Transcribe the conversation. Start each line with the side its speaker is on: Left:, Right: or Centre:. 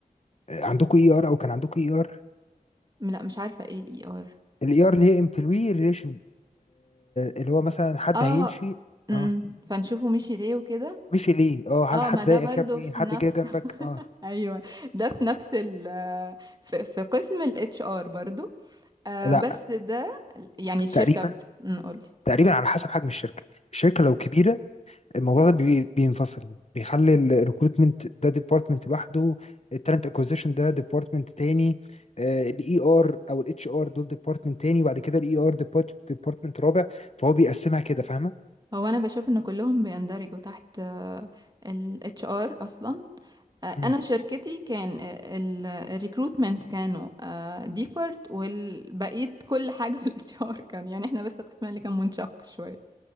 Left: عندكم اي ار او كان عندكم اي ار
Right: لا مش عارفة ايه الاي ار
Left: الاي ار اللي هي امبلوي ريليشن اللي هو مثلا حد
Right: اه
Left: هيمشي
Right: أمم،
Left: اه
Right: فنشوفه مشي ليه وكده
Left: مشي ليه اه هل
Right: اه
Left: حد
Right: ما ده
Left: ضايقك
Right: برضو
Left: يا ابني
Right: في
Left: حد
Right: نفس
Left: جه جنبك
Right: <laughs>
Left: اه
Right: ايوه ده في نفس ال في, في قسم ال HR برضو آه
Left: لا
Right: بس ده يعني الشركة
Left: تقريبا
Right: نقول
Left: تقريبا على حسب حجم الشركه الشركه لو كبيره الموضوع ده بي- بينفصل بيخلي الريكروتمنت ده ديبارتمنت لوحده التالنت اكوزيشن ده ديبارتمنت تاني الاي ار او الاتش ار دول ديبارتمنت تاني وبعد كده الاي ار ديبارتمنت رابع فهو بيقسمها كده فاهمه
Right: هو انا بشوف ان كلهم بيندرجوا تحت آه ال HR اصلا آه
Left: مم.
Right: انا شركتي كان الريكروتمنت كانوا آه ديبارت والبقية كل حاجة <laughs> ال HR كان يعني احنا بس قسمنا اللي كان منشق شوية